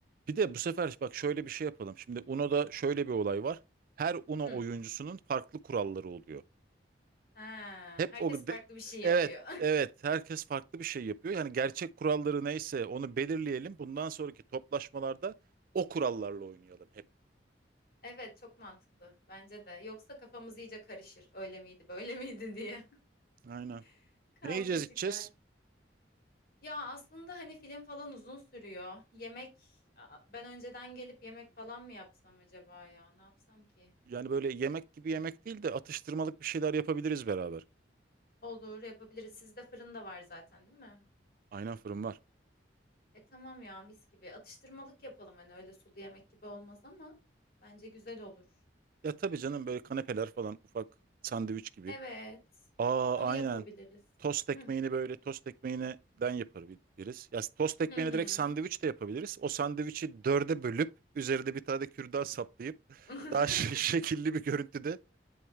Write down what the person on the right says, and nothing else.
Bir de bu sefer bak şöyle bir şey yapalım. Şimdi Uno'da şöyle bir olay var. Her Uno
oyuncusunun farklı kuralları oluyor.
Hep
o
de-
evet evet herkes farklı bir şey yapıyor. Yani gerçek kuralları neyse onu belirleyelim. Bundan sonraki toplaşmalarda o kurallarla oynayalım hep.
Aynen.
Ne yiyeceğiz
içeceğiz?
Yani böyle yemek gibi yemek değil de atıştırmalık bir şeyler yapabiliriz beraber.
Aynen fırın var.
Ya tabii canım böyle kanepeler falan ufak sandviç gibi.
Aa
aynen.
Tost ekmeğini
böyle tost ekmeğinden yapabiliriz. Ya tost ekmeğini
direkt sandviç de yapabiliriz. O sandviçi dörde bölüp üzerinde bir tane de kürdan saplayıp
daha ş- <laughs> şekilli bir görüntüde